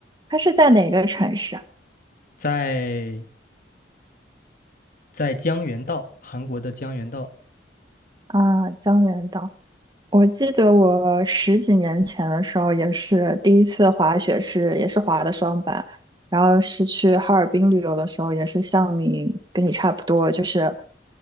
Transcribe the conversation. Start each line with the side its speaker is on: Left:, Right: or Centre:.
Right: 它是在哪个城市啊？
Left: 在在江原道，韩国的江原道。
Right: 啊，江原道。我记得我十几年前的时候，也是第一次滑雪是，也是滑的双板，然后是去哈尔滨旅游的时候，也是像你跟你差不多，就是